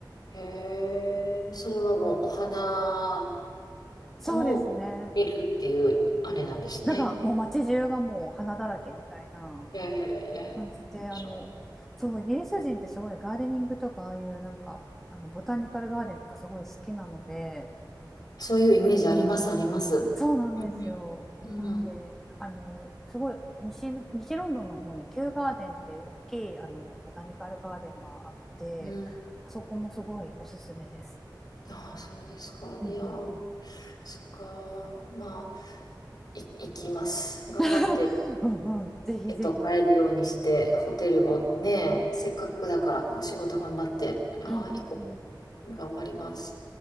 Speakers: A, on the left (about 60°); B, in the centre.
A: へえ、それはもうお花
B: そうですね。
A: を見るっていう、あれなんですね。
B: なんかもう街中がもう花だらけみたいな
A: へえ、
B: 感じで、あの、
A: そう
B: そう、イギリス人ってすごいガーデニングとかああいうなんかあのボタニカルガーデンとかすごい好きなので、
A: そういうイメージあります、あります。
B: そうなんですよ。
A: うん、うん、
B: であのすごい西西ロンドンの方にキューガーデンっていう大きいあのボタニカルガーデンがあってあそこもすごいおすすめです。
A: うん。ああ、そうですか。
B: うんうんうん
A: いやそっか。まあ、い、行きます。頑張って、
B: <laughs> うん、うんぜひぜひ。
A: えっと、帰るようにして、ホテルもね、せっかくだから、お仕事頑張って、ああ、
B: うんうんうん
A: 行こう。頑張ります。